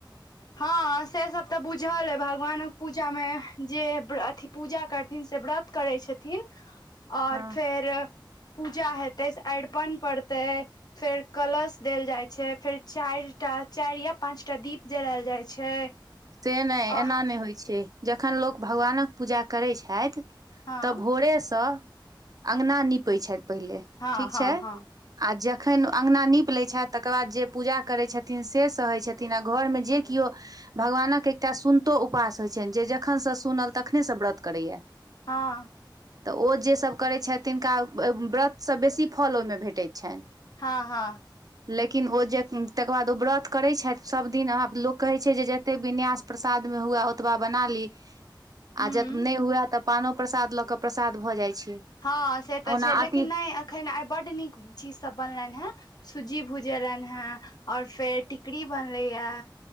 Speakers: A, on the left; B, on the right.
A: हँ से सब तऽ बुझल अइ भगवानक पूजामे जे अथी पूजा करथिन से व्रत करै छथिन आओर
B: हँ
A: फेर पूजा हेतै से अरिपन पड़तै फेर कलश देल जाइ छै फेर चारि टा चारि य पांचटा दीप जलायल जाय छै
B: से नहि
A: अ
B: एना नहि होइ छै जखन लोक भगवानक पूजा करैत छथि
A: हँ
B: तऽ भोरेसँ अंगना नीपै छथि पहिले
A: हँ
B: ठीक
A: हँ
B: छै
A: हँ
B: आ जखन अंगना नीप लै छैथ तकर बाद जे पूजा करैत छथिन से सहैत छथिन। घरमे जे किओ। भगवानक एकटा सुनितो उपवास होइत छनि जे जखनसँ सुनल तखनेसँ व्रत करैया।
A: हँ।
B: तऽ ओ जेसभ करैत छथि तिनका व्रतसँ बेसी फल ओहिमे भेटैत छनि।
A: हँ हँ।
B: लेकिन ओ जे तकर बाद ओ व्रत करैत छथि सभदिनह लोक कहैत छै जे। ते विन्यास प्रसाद मे हुए ओतबा बना ली
A: हूँ
B: आ जब नहि हुए तब। पानो प्रसाद लऽ कऽ प्रसाद भऽ जाइ छै।
A: हँ से तऽ
B: ओना
A: छैै लेकिन
B: अथी
A: नहि। एखन आइ बड्ड नीक चीजसभ बनलनि हेँ सुूजी भुजेलनि हेँ। और फेर टिकरीी बनले ये।